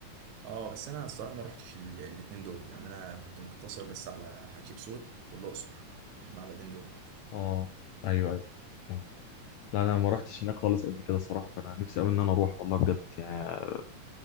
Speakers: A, on the right; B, on the left.
A: اه بس انا الصراحه ما روحتش ال- الاتنين دول يعني انا كنت مقتصر بس على حتشبسوت والاقصر المعبدين دول
B: اه ايوه ايوه فهمت. لا انا ما رحتش هناك خالص قبل كده الصراحه فانا نفسي قوي ان انا اروح والله بجد يعني